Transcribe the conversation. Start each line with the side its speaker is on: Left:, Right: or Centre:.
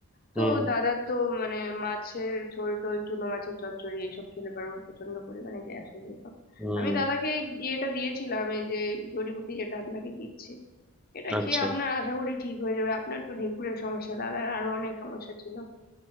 Left: তো
Centre: হুম
Left: দাদা তো মানে মাছের ঝোল টোল চুনো মাছের চচ্চড়ি এইসব খেলে পারো প্রচন্ড পরিমাণে গ্যাস হয়ে যেত
Centre: হুম
Left: আমি দাদাকে এই ইয়েটা দিয়েছিলাম এই যে জড়িবুটি যেটা আপনাকে দিচ্ছি এটা
Centre: আচ্ছা
Left: খেয়ে আপনার আশা করি ঠিক হয়ে যাবে আপনার তো ঢেঁকুরের সমস্যা দাদার আরো অনেক সমস্যা ছিল